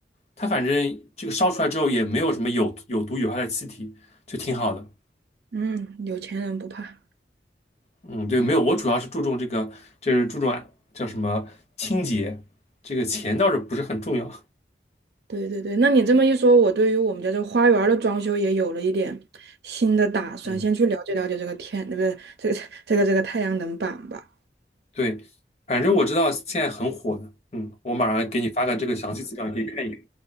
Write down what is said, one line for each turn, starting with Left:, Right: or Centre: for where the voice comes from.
Left: 它反正这个烧出来之后也没有什么有有毒有害的气体，就挺好的。
Right: 嗯，有钱人不怕。
Left: 嗯，对，没有，我主要是注重这个，就是注重啊叫什么清洁，这个钱倒是不是很重要。
Right: 对对对，那你这么一说，我对于我们家这花园儿的装修也有了一点新的打算，
Left: 嗯，
Right: 先去了解了解这个天，对不对？这个这个这个太阳能板吧。
Left: 对，反正我知道现在很火的，嗯，我马上给你发个这个详细资料，你可以看一看。